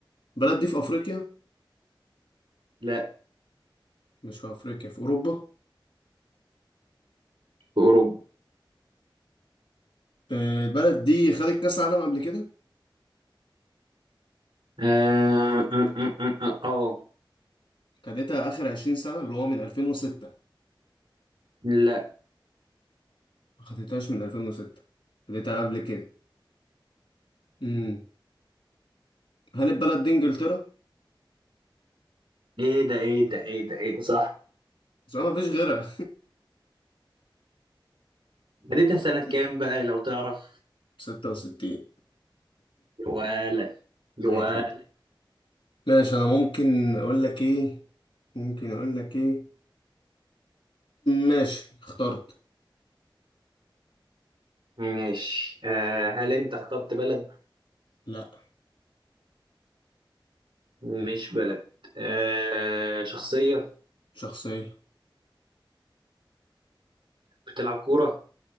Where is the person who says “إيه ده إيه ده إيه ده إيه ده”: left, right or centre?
Right